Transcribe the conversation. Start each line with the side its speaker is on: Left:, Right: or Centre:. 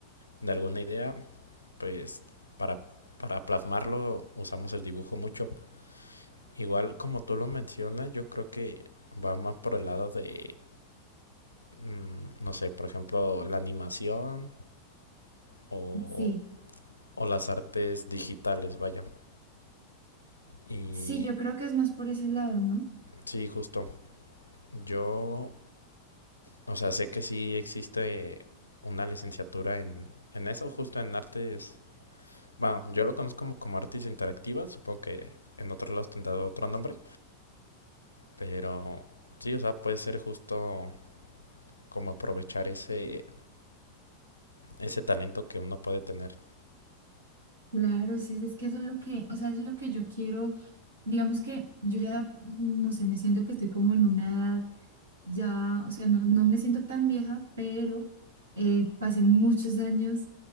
Left: de alguna idea, pues para, para plasmarlo usamos el dibujo mucho. Igual como tú lo mencionas, yo creo que va más por el lado de, mm, no sé, por ejemplo, la animación o,
Right: Sí.
Left: o las artes digitales, vaya. Y
Right: Sí, yo creo que es más por ese lado, ¿no?
Left: sí, justo. Yo, o sea, sé que sí existe una licenciatura en, en eso, justo en artes. Bueno, yo lo conozco como, como artes interactivas, supongo que en otros lados tendrá otro nombre, pero sí, o sea, puede ser justo como aprovechar ese, ese talento que uno puede tener.
Right: Claro, sí, es que eso es lo que, o sea, es lo que yo quiero, digamos que yo ya, no sé, me siento que estoy como en una edad ya, o sea, no, no me siento tan vieja, pero eh, pasé muchos años